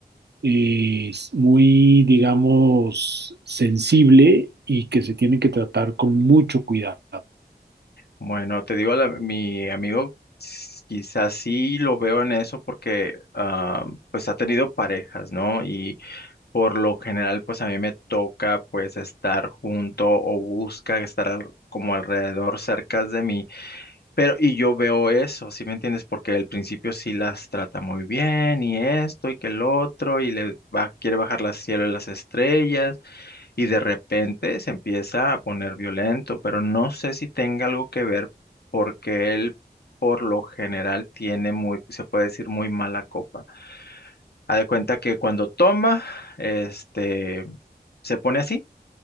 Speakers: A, on the right; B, on the left.
A: eh, muy, digamos, sensible y que se tiene que tratar con mucho cuidado.
B: Bueno, te digo, la- mi amigo s- quizás sí lo veo en eso porque ah, pues ha tenido parejas, ¿no? Y Por lo general, pues a mí me toca pues estar junto o busca estar al- como alrededor, cerca de mí. Pero, y yo veo eso, ¿sí me entiendes? Porque al principio sí las trata muy bien y esto y que el otro y le va- quiere bajar las cielo y las estrellas y de repente se empieza a poner violento, pero no sé si tenga algo que ver porque él por lo general tiene muy, se puede decir muy mala copa. Haz de cuenta que cuando toma, este, se pone así.